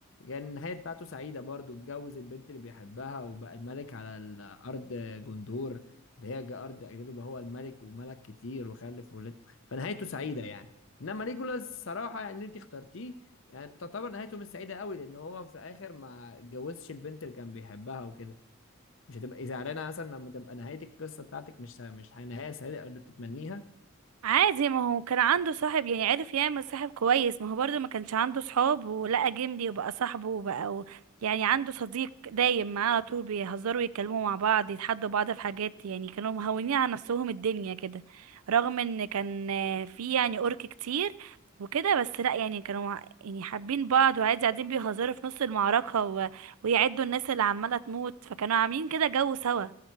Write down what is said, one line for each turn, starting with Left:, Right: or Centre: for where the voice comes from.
Left: كان النهاية بتاعته سعيدة برضو اتجوز البنت اللي بيحبها وبقى الملك على الأرض جندور اللي هي جا- أرض أجداده بقى هو الملك وملك كتير وخلف وولد فنهايته سعيدة يعني إنما ليجولاس صراحة يعني أنت اخترتيه يعني تعتبر نهايته مش سعيدة قوي لأن هو في الآخر ما اتجوزش البنت اللي كان بيحبها وكده مش هتبقي زعلانه مثلا لما تبقى نهايه القصه بتاعتك مش مش نهايه سعيده او اللي بتتمنيها
Right: عادي ما هو كان عنده صاحب يعني عرف يعمل صاحب كويس ما هو برضو ما كانش عنده صحاب ولقى جملي وبقى صاحبه وبقى و... يعني عنده صديق دايم معاه على طول بيهزروا يتكلموا مع بعض يتحدوا بعض في حاجات يعني كانوا مهونين على نفسهم الدنيا كده رغم ان كان آه، في يعني أورك كتير وكده بس لا يعني كانوا مع- يعني حابين بعض وعادي قاعدين بيهزروا في نص المعركة و... ويعدوا الناس اللي عمالة تموت فكانوا عاملين كده جو سوا